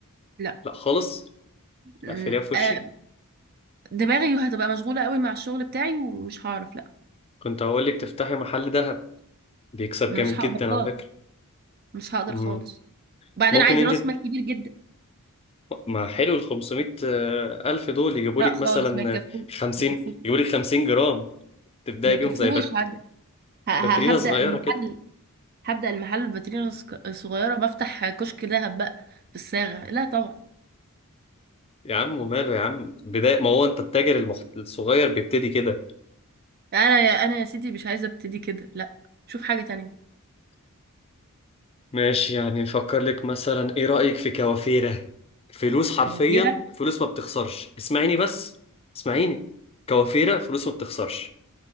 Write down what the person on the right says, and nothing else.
لا
م-
آه، دماغي هتبقى مشغوله قوي مع الشغل بتاعي ومش هعرف لا
مش
هقدر خالص
مش هقدر
خالص وبعدين
عايز
راس مال كبير جدا
لا
خالص
ما يكفوش
ما يكفوش
ما يكفوش
هعد- ه- ه-
هبدأ
المحل
هبدأ المحل بفاتورة صغ- صغيرة بفتح كشك دهب بقى في الصاغة لا طبعا
انا يا انا يا سيدي مش عايزة ابتدي كده لا شوف حاجة تانية
كوافيرة